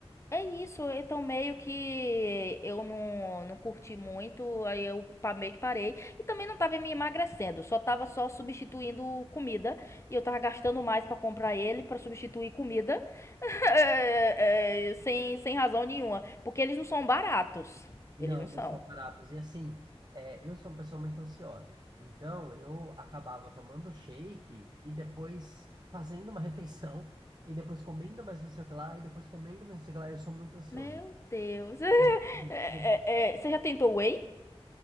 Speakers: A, on the left; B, on the right.
A: É isso, então meio que eu não, não curti muito, aí eu pa- meio que parei. E também não tava me emagrecendo, só tava só substituindo comida. E eu tava gastando mais pra comprar ele, pra substituir comida, <laughs> é, é, sem, sem razão nenhuma. Porque eles não são baratos,
B: Não,
A: eles não são.
B: não são baratos. E assim, é, eu sou uma pessoa muito ansiosa. Então, eu acabava tomando shake e depois fazendo uma <laughs> refeição, e depois comendo mais não sei o que lá, e depois comendo mais não sei o que lá. Eu sou muito ansioso.
A: Meu Deus. <laughs>
B: Então, assim,
A: É,
B: eu
A: é, é, você já tentou whey?